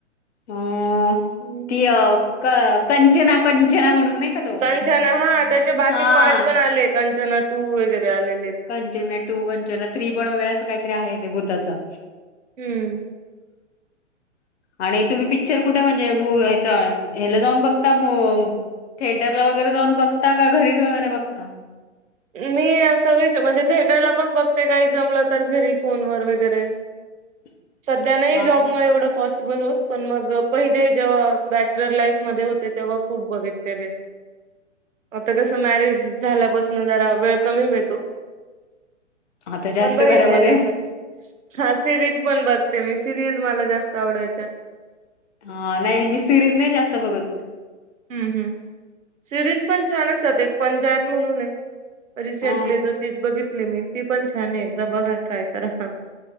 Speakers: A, on the left (about 60°); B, on the right (about 85°).
A: अ
B: असं
A: ती अ कंचना कंचना म्हणून नाही. का तो
B: कंचना हा त्याचे बाकी
A: हां
B: पार्ट पण आले कंचना टू वगैरे. आलेले.
A: कंचना टू कंचना थ्री पण वगैरे असं काहीतरी आहे ते भुताचा
B: हम्म.
A: आणि तुम्ही पिकच्चर कुठे म्हणजे भू ह्याचा ह्यला जाऊन बघता ब थिएटरला वगैरे जाऊन बघता का घरीच वगैरे बघता.
B: मी सगळे म्हणजे थिएटरला पण बघते काही जमलं तर घरी फोन व वगैरे.
A: <inaudible>
B: सध्या नाही
A: हां
B: जॉबमुळे एवढं पॉस <unintelligible> होत पण मग पहिले जेव्हा बॅचलर लाईफ मध्ये होते तेव्हा खूप बघितलेले.
A: <inaudible>
B: आता कसं मॅरेज झाल्यापासून जरा वेळ कमी मिळतो.
A: आता जास्त
B: पण बघितल्या
A: घरामध्ये
B: नाही, बर ह सिरीज पण बघ. सेमी सिरिज मला जास्त आवडायच्या.
A: हा नाही मी सिरीज नाही जास्त बघत.
B: हम्म हम् सिरीज पण छान असतात. एक पंचायत म्हणून आहे. रिसेंटली
A: हां,
B: जो तीच बघितली मी. ती पण छान आहे एकदा बघा काय करा.